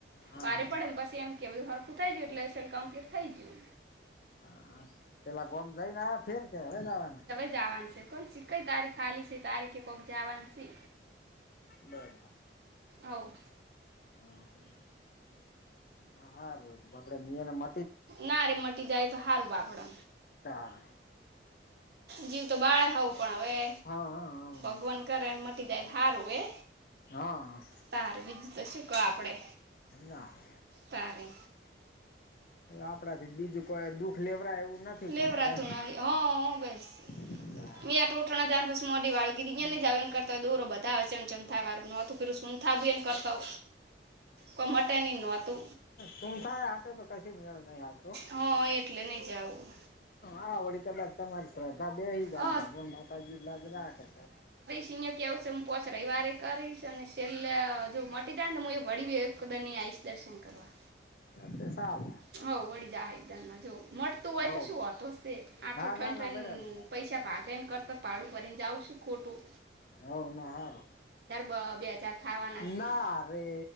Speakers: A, on the left; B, on the right.
A: હા
B: પારે પડેને પછી એમ કે બધું હરખું થઈ ગયું એટલે એલ કમ્પ્લીટ થઈ ગયુ.
A: હા પેલા ગમ જઈને આવ ફેર કે હોય, જવાને
B: વાનું છે કોણ સી કઈ તારીખ ખાલી છે તારીખે કોક જવાનું છે.
A: બરા
B: આવ
A: હમ્મ હા, હાાર બ બાપાે નને મ
B: ના રે મટી જાય તો સારું બાપડને
A: તાર
B: જીવ તો બાળે હવું પણ હવે
A: હા હા
B: ભગવાન કરે મટી દાય હારું એ
A: હા
B: તાર બી શ શું ક આપડે
A: ના હ
B: તારે
A: આપડાથી બીજું. કોઈ દુઃખ લેવરા એવું નથી
B: લેવરાતું
A: પણવે
B: હ બેસ
A: <unintelligible>
B: મેંોળના જસ મોડી વાળીધ ત્યાં નઈ જાવ એને કરતા હો દોરોધા અ ચમચમ થાય વાનુંું હતું પેલુ હથાબી એન કરતા કોઈ મટે નહી ન હોતુ
A: તું થાય હ તો કશ મેળ નહી, આવતો
B: હા એટલે નહીં જવું
A: હ હડી કદાચ તમારી શ્રદ્ધા બેસી જાય
B: હ
A: ભગવાન માતાજી લ જ રાખે
B: સિ્ય કવું છે, હું પોચ રવવારે કરીશ અને સેલ જો મટી જાય ને તો હું એ વળી એકદ ન આવીશ દર્શન કરવા
A: હા પ સાબ
B: હ વળી જ એકદમ ના જોવ મળટતું હોય
A: હો
B: તો શું હોતો છે આટલો
A: હા
B: ઠઈ
A: ના
B: થઠઈન
A: ના બરાબર
B: પૈસા ભાગે ને કરતા પાાડું ભરીને જાાવ છું ખોટુ
A: હ ના, હારું
B: બ- બે હજાર થવાના છે
A: ના રે